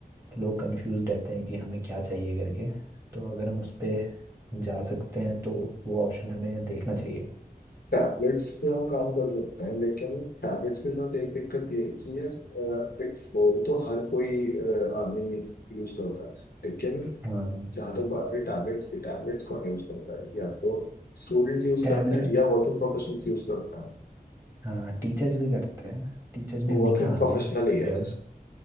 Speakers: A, on the right (about 15°); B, on the left (about 75°).
A: लोग कंफ्यूज रहते हैं कि हमें क्या चाहिए करके तो अगर हम उस पे जा सकते हैं तो वो ऑप्शन हमें देखना चाहिए
B: टैबलेट्स पे हम काम कर सकते हैं लेकिन टैबलेट्स के साथ एक दिक्कत ये है कि यार अ, देख फोन तो हर कोई अ, आदमी यूज करता है लेकिन
A: हाँ
B: जहाँ तक बात है टैबलेट्स की टैबलेट्स कौन यूज करता है या तो स्टूडेंट्स यूज
A: टैबलेट्स
B: करते हैं या वर्किंग प्रोफेशनल्स यूज करते हैं
A: हाँ टीचर्स भी करते हैं टीचर्स भी उन्हीं
B: वर्किंग
A: में आ
B: प्रोफेशनल
A: गए सही
B: ही है
A: कह रहे हो